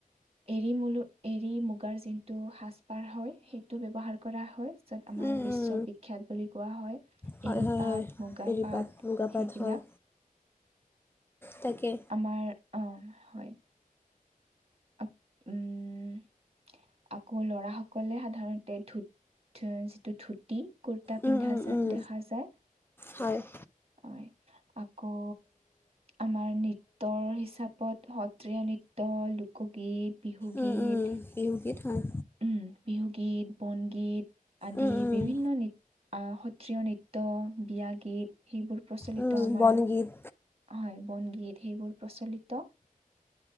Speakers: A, on the right; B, on the left.
A: এৰি মলো এৰী মুগাৰ যিনটো সাজপাৰ হয় সেইটো ব্যৱহাৰ কৰা হয় য'ত আমাৰ
B: উম,
A: বিশ্ব
B: উম।
A: বিখ্যাত। বুলি কোৱা হয়
B: হয়
A: এৰি
B: হয়
A: পাট,
B: হয়
A: মুগা
B: এৰী
A: পাট
B: মুগা পাট
A: সেইবিলাক
B: হয় তাকে
A: আমাৰ অ, হয়। আপ উম, আকৌ লৰা সকলে সাধাৰণতে ধু যিটো ধুতি কুৰ্তা
B: উম,
A: পিন্ধা
B: উম,
A: যা
B: উম।
A: দেখা যায়।
B: হয়
A: হয় আকৌ। আমাৰ নৃত্যৰ হিচাপত সত্ৰীয়া নৃত্য শোকগীত বিহুগীত
B: উম উম বিহুগীত হয়
A: উম, বিহুগীত বনগীত। আদি
B: উম উম
A: বিভিন্ন নৃত। সত্ৰীয়া নৃত্য বিয়া গীত সেইবোৰ প্ৰচলিত
B: উম
A: আমাৰ
B: বনগীত
A: হয়। বন গীত সেইবোৰ প্ৰচলিত।